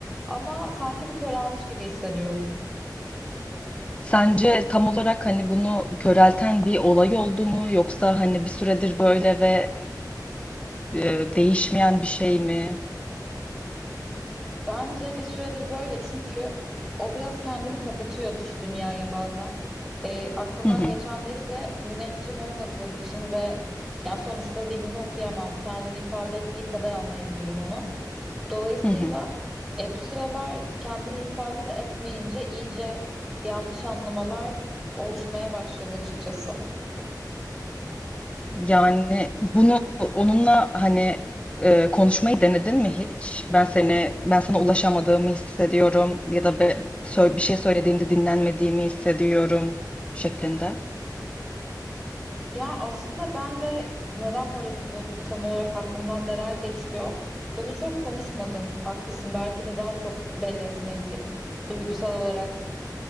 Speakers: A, in the centre; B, on the left.
A: Ama sanki bu körelmiş gibi hissediyorum.
B: Sence tam olarak hani bunu körelten bir olay oldu mu yoksa hani bir süredir böyle ve e, değişmeyen bir şey mi?
A: Bence bir süredir böyle çünkü o biraz kendini kapatıyor dış dünyaya bazen. E, aklından
B: Hı hı.
A: geçenleri de müneccim olmadığım için ve ya sonuçta zihnini okuyamam. Kendini ifade ettiği kadar anlayabilirim onu. Dolayısıyla
B: Hı hı.
A: e, bu sıralar kendini ifade de etmeyince iyice yanlış anlamalar oluşmaya başladı açıkçası.
B: Yani bunu onunla hani e, konuşmayı denedin mi hiç? Ben seni ben sana ulaşamadığımı hissediyorum ya da be- sö- bir şey söylediğimde dinlenmediğimi hissediyorum şeklinde.
A: Ya aslında ben de neden moralimi bozduk tam olarak aklımdan neler geçiyor? Bunu çok konuşmadım. Haklısın. Belki de daha çok belli etmeliyim. Duygusal olarak